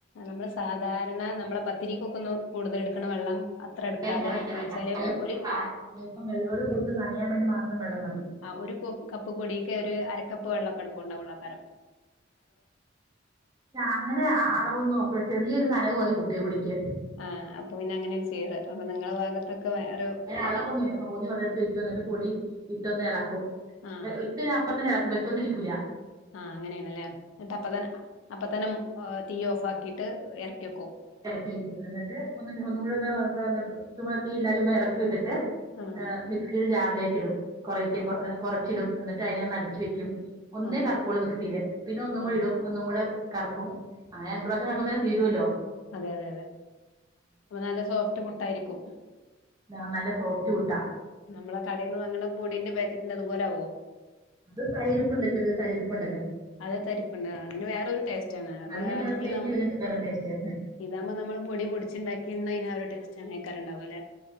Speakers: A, on the left (about 85°); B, on the right (about 20°).
A: നമ്മളു സാധാരണ നമ്മള് പത്തിരിക്കൊക്കെ ഒന്ന് കൂടുതലെടുക്കണ വെള്ളം. അത്ര എടുക്കാതെ
B: വേണ്ട, വേണ്ട, വേണ്ട
A: വെച്ചാല്
B: അല്പം
A: ഒരു
B: വെള്ള കൊണ്ടു പുട്ടു നനയാൻ വേണ്ടി മാത്രം വെള്ളം മതി.
A: ആഹ്, ഒരു കപ്പ് പൊടിക്ക് ഒരു അരക്കപ്പ് വെള്ളം മെടുക്കയുണ്ടാവുളൂ അന്നേരം.
B: അങ്ങനെ അളവൊന്നും നോക്കൂല, ചെറിയൊരു നനവുമതി പുട്ടു പൊടിക്ക്.
A: ആഹ്, അപ്പൊ പിന്നെ അങ്ങനെയാണുചെയ്യാറ്. അപ്പൊ നിങ്ങളെ ഭാഗത്തൊക്കെ വേറൊ ഒരു.
B: അളവൊന്നു മില്ല. തോന്നി വെള്ളം എടുത്തു വയ്ക്കു മെന്നിട്ടു പൊടി ഇട്ടൊ ന്നിളക്കും.
A: ആഹ്
B: ഇട്ടു കഴിഞ്ഞാലപ്പ ത്തന്നെ ഇളക്കും. വെച്ചൊണ്ടിരിക്കൂല്ല.
A: ആഹ്, അങ്ങനെയാണല്ലേ? എന്നിട്ട് അപ്പത്തന്നെ, അപ്പത്തത്തെ തീ ഓഫാക്കിയിട്ടിറക്കി വെയ്ക്കും.
B: ഇറക്കിവയ്ക്കു മെന്നിട്ട് ഒന്നി, ഒന്നു കൂടിയൊന്ന് ചുമ്മാ തീയില്ലാതെ ചുമ്മായിളക്കി വിട്ടിട്ട്.
A: ആഹ്
B: മിക്സിയുടെ ജാറിലേക്കിടും കുറേശെ,
A: ആഹ്
B: കുറച്ചിടും എന്നിട്ട തിനെയൊന്നടിച്ചു വെക്കും. ഒന്നേ
A: ആഹ്
B: കറക്കുളളു മിക്സിയില്, പിന്നെയൊന്നും
A: ആഹ്
B: കൂടിയിടും ഒന്നും കൂടെ കറക്കുമങ്ങനെ രണ്ടുപ്രാവശ്യം കറക്കുമ്പോത്തേനും തീരുവല്ലോ?
A: അതെ, അതെ, അതെ, അപ്പൊ നല്ല സോഫ്റ്റ് പുട്ടായിരിക്കും.
B: ആഹ്, നല്ല സോഫ്റ്റു പുട്ടാ.
A: നമ്മളാ കടയിൽ നിന്നു വാങ്ങണ പൊടീന്റെ, പാക്കറ്റിന്റെ അതുപോലെ ആകുവോ?
B: അത് തരു തരിപ്പുണ്ട ല്ലോ? ചെറിയ തരു തരിപ്പുണ്ട ല്ലോ?
A: അത് തരിപ്പുണ്ടതിനു വേറൊരു ടേസ്റ്റാണ്, അതാണെങ്കിൽ
B: അതിന് വേറെ ടേസ്റ്റ്
A: നമ്
B: ഇതിന് വേറെ ടേസ്റ്റ്
A: ഇതാകുമ്പോ, നമ്മളുപൊടി പൊടിച്ച്. പൊടിച്ചുണ്ടാ ക്കിയതിനൊരു ടെസ്റ്റാണേ, ഉണ്ടാവ്ക ല്ലേ?